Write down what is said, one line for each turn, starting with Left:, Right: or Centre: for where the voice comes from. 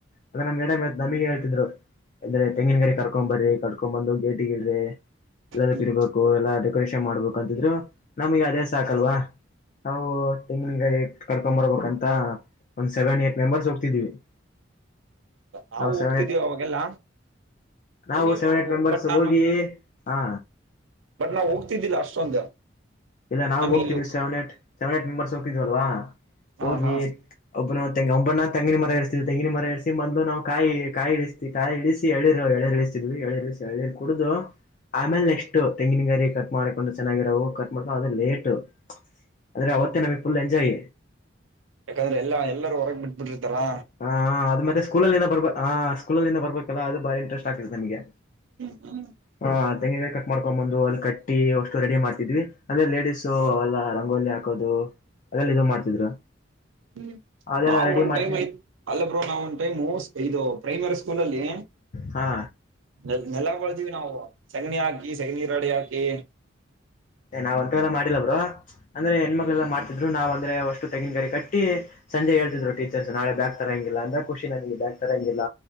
Left: ಅಂದ್ರೆನಮ್ ಮೇಡಂ ನಮಗೆ ಹೇಳ್ತಿದ್ರು. ಅಂದ್ರೆ ತೆಂಗಿನ ಗರಿ ಕಡ್ಕೊಂಡ ಬರ್ರಿ ಕಡ್ಕೊಂಡ ಬಂದ ಗೇಟಿಗಿಡ್ರಿ. ಎಲ್ಲದ
Right: ಹ್ಮ್
Left: ಕಿಡ್ಬೇಕು ಎಲ್ಲಾ ಡೆಕೋರೇಷನ್ ಮಾಡ್ಬೇಕು ಅಂತಿದ್ರು ನಮ್ಗೆ ಅದೇ ಸಾಕಲ್ವಾ. ನಾವು ತೆಂಗಿನಗರಿಕಡ್ಕೊಂಬರ್ಬೇಕಂತ ಒಂದ್ ಸೆವೆನ್ ಏಟ್ ಮೆಂಬರ್ಸ್ ಹೋಗ್ತಿದ್ವಿ. <inaudible>
Right: ನಾವು ಹೋಗ್ತಿದಿವಿ
Left: ಸೆವೆನ್ ಏಟ್
Right: ಅವಾಗೆಲ್ಲಾ
Left: ನಾವು
Right: ಹೋಗಿವಿ
Left: ಸೆವೆನ್ ಏಟ್ ಮೆಂಬರ್ಸ್
Right: ಬಟ್ ನಾನು
Left: ಹೋಗಿ ಹ
Right: ಬಟ್ ನಾವು ಹೋಗ್ತಿದ್ದಿಲ್ಲಾ ಅಷ್ಟೊಂದು.
Left: ಇಲ್ಲ ನಾವು
Right: ನಮ್ಗೆ
Left: ಹೋಗ್ತಿದ್ವಿ
Right: ಇಲ್ಲಿ
Left: seven eight -seven eight members ಹೋಗ್ತಿದ್ವಲ್ವಾ
Right: ಹಾ
Left: ಹೋಗಿ
Right: ಹಾ
Left: ಒಬ್ಬನ ತೆಂಗಿನ ಒಬ್ಬಣ್ಣತೆಂಗಿನ ಮರ ಎರ್ಸಿ ತೆಂಗಿನಮರ ಎರ್ಸಿಮೊದಲು ನಾವು ಕಾಯಿ-ಕಾಯಿ ಇಳ್ಸಿತೀವಿ. ಕಾಯಿ ಇಳಿಸಿ ಎಳಿ ನೀರು ಎಳಿ ನೀರು ಇಳಿಸತಿದ್ವಿ. ಎಳಿರು ಇಳ್ಸಿಎಳಿನೀರ್ ಕುಡುದು. ಆಮೇಲೆ ನೆಕ್ಸ್ಟ್ ತೆಂಗಿನ ಗರಿ ಕಟ್ ಮಾಡಕೊಂಡು ಚೆನ್ನಾಗಿರವು ಕಟ್ ಮಾಡ <unintelligible> ಲೇಟ್ ಆದ್ರೆ ಅವತ್ತೇ ನಮಗ್ ಫುಲ್ ಎಂಜಾಯ್.
Right: ಯಾಕಂದ್ರೆ ಎಲ್ಲ ಎಲ್ಲರೂ ಹೊರಗೆ ಬಿಟ್ಬಿಟ್ಟಿರ್ತಾರಾ.
Left: ಹ ಅದು ಮತ್ತೆ ಸ್ಕೂಲಲ್ಲಿಂದಬರ್ಬ ಹಾ ಸ್ಕೂಲಲ್ಲಿಂದ ಬರ್ಬೇಕಲ್ಲ ಹಾಅದು ಬಾರಿ ಇಂಟ್ರೆಸ್ಟ್ ಆಗ್ತದೆ ನಮಗೆ.
Right: ಹ್ಮ್ ಹ್ಮ್ <unintelligible>
Left: ಹ ತೆಂಗಿಗರಿ ಕಟ್ ಮಾಡ್ಕೊಂಡ್ ಬಂದು ಅಲ್ಲಿ ಕಟ್ಟಿ ಓಷ್ಟು ರೆಡಿ ಮಾಡ್ತಿದ್ವಿ. ಅಂದ್ರೆ ಲೇಡಿಸ್ಸು ಎಲ್ಲ ರಂಗೋಲಿ ಹಾಕ ದು ಅದೆಲ್ಲ ಇದ ಮಾಡ್ತಿದ್ರು.
Right: ಹ್ಮ,
Left: ಅದೆಲ್ಲ
Right: ನಾವು
Left: ರೆಡಿ
Right: ಒಂದ್
Left: ಮಾಡ್ತಿವಿ
Right: ಟೈಮ್ ಐತ್ ಅಲ್ಲ ಬ್ರೋ ನಾವ್ ಒಂದ್ ಟೈಮ್ ಇದು ಪ್ರೈಮರಿ ಸ್ಕೂಲಲ್ಲಿ
Left: ಹಾ
Right: ನ ನೆಲಾಬಳ್ದಿವಿ ನಾವು ಸೆಗಣಿ ಹಾಕಿ ಸೆಗಣಿ ರಾಡಿ ಹಾಕಿ
Left: ನಾವ್ ಅಂತಾವೆಲ್ಲ ಮಾಡಿಲ್ಲಬ್ರೋ, ಅಂದ್ರೆ ಹೆಣ್ಮಕ್ಕಳೆಲ್ಲಾಮಾಡ್ತಿದ್ರು ನಾವ್ ಅಂದ್ರೆ ಅಷ್ಟು ತೆಗಿನಗರಿ ಕಟ್ಟಿ ಸಂಜೆ ಹೇಳ್ತಿದ್ರು ಟೀಚರ್ಸ್ ನಾಳೆ ಬ್ಯಾಗ ತರಂಗಿಲ್ಲ ಅಂದ್ರ ಖುಷಿ ನನಗೆ ಬ್ಯಾಗ್ ತರಂಗಿಲ್ಲ.